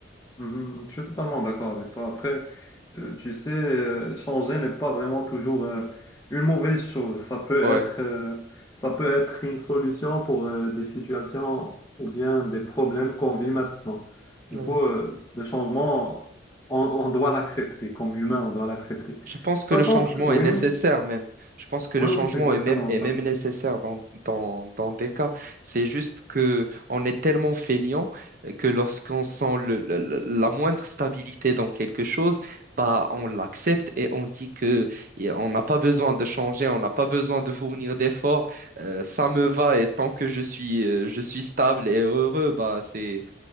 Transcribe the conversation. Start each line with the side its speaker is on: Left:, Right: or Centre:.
Left: Mhm, Je suis totalement d'accord avec toi. Après, euh, tu sais, euh, changer n'est pas vraiment toujours euh, une mauvaise chose. Ça peut
Right: Ouais.
Left: être, euh, ça peut être une solution pour euh, des situations ou bien des problèmes qu'on vit maintenant. Du
Right: Ouais.
Left: coup, euh, le changement, on, on doit l'accepter. Comme humain, on doit l'accepter.
Right: Je pense
Left: Sachant
Right: que le changement
Left: que, oui,
Right: est nécessaire
Left: oui,
Right: même. Je pense que
Left: oui,
Right: le changement
Left: oui, c'est exactement
Right: est même, est
Left: ça.
Right: même nécessaire dans, dans, dans des cas. C'est juste que on est tellement feignant euh, que lorsqu'on sent le- le- le- la moindre stabilité dans quelque chose, bah, on l'accepte et on dit que et on n'a pas besoin de changer, on n'a pas besoin de fournir d'efforts. Euh, ça me va et tant que je suis, euh, je suis stable et heureux, bah, c'est,